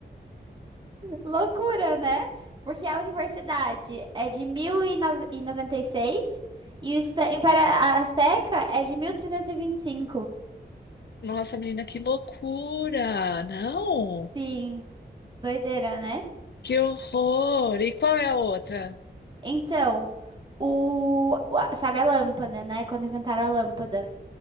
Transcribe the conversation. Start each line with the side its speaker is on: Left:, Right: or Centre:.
Right: Loucura, né? Porque a universidade é de mil e e e noventa seis e o espe- Império Azteca é de mil trezentos e e vinte e cinco.
Left: Nossa, menina, que loucura! Não,
Right: Sim, doideira, né?
Left: que horror! E qual é a outra?
Right: Então, o, o- a- sabe a lâmpada, né? Quando inventaram a lâmpada.